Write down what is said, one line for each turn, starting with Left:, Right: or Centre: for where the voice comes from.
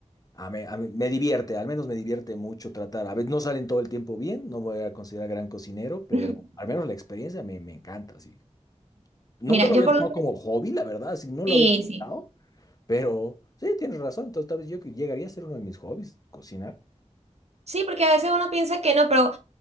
Left: a mí- a mí me divierte, al menos me divierte mucho tratar. A veces no salen todo el tiempo bien, no voy a considerar gran cocinero, pero
Right: <laughs>
Left: al menos la experiencia me, me encanta, sí. Nunca
Right: Mira,
Left: lo
Right: yo
Left: había
Right: por
Left: tomado
Right: lo menos
Left: como hobby, la verdad, así no lo
Right: sí,
Left: había pensado,
Right: sí.
Left: pero sí, tienes razón. Entonces, tal vez yo que llegaría a ser uno de mis hobbies, cocinar.
Right: Sí, porque a veces uno piensa que no, pero